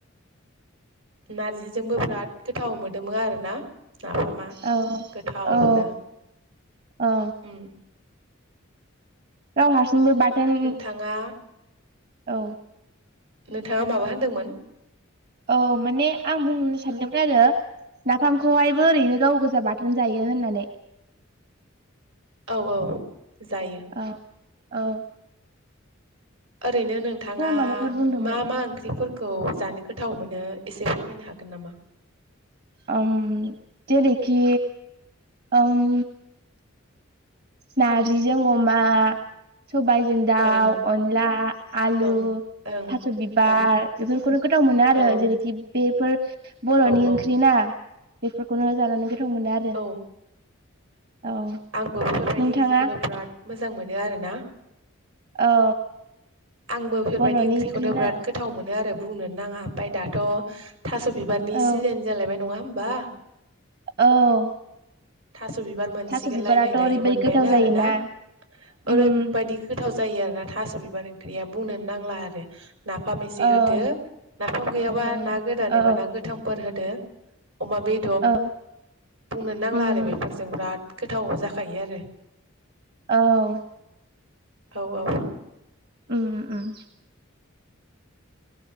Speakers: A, on the right; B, on the right.
A: नारजिजोंबो बिराद गोथाव मोदोमो आरो ना नाफामा
B: औ
A: गोथावनो
B: औ औ
A: ओम
B: गाव हारसिंबो बाथोन
A: थाङा
B: औ
A: नोंथाङा माबा होनदोंमोन
B: औ माने आं बुंनो सानदोंमोन आरो नाफामखौहायबो ओरैनो गाव गोजा बाथोन जायो होननानै
A: औ औ जायो
B: औ औ
A: ओरैनो नोंथाङा
B: माबाफोर बुंदोंमोन
A: मा मा ओंख्रिफोर खौ जानो गोथाव मोनो एसे फोरमायनो हागोन नामा
B: ओम जेरैखि ओम नारजिजों अमा सबायजों दाउ
A: ओं
B: अनला आलु
A: ओं ओं
B: थास' बिबार
A: ओं
B: बेफोरखौनो गोथाव मोनो आरो
A: औ
B: जेरैखि बेफोर बर'नि
A: औ
B: ओंख्रि
A: औ
B: ना बेफोरखौनो जानानै गोथाव मोनो आ रो
A: औ ओं
B: औ
A: आंबो बेफोरबायदि
B: नोंथाङा
A: ओंख्रिखौनो बिराद मोजां मोनो आरो ना
B: औ
A: आंबो बेफोरबायदि
B: बर'नि
A: ओंख्रिखौनो
B: ओंख्रि
A: बिराद
B: ना
A: गोथ थाव मोनो आरो बुंनोनो नाङा ओमफाय दाथ' थास' बिबारनि
B: औ
A: सिजोन जालायबाय नङा होमबा
B: औ
A: थास' बिबार मोनसिगोनलाय
B: थास' बिबाराथ'
A: नै दायो
B: ओरैबायदि
A: मोनबायानो
B: गोथाव
A: आर
B: जायोना
A: ना ओरैबायदि
B: उम
A: गोथाव जायो आरो ना थास' बिबार ओंख्रिया बुंनोनो नांला आरो नाफाम एसे होदो
B: औ
A: नाफाम गैयाबा
B: नंगौ
A: ना
B: नंगौ
A: गोदान
B: औ
A: एबा ना गो थांफोर होदो अमा बे
B: औ
A: बुंन नांला
B: उम
A: आरो बेफोरजों बिराद गोथाव जाखायो आरो
B: औ
A: औ औ
B: ओम ओम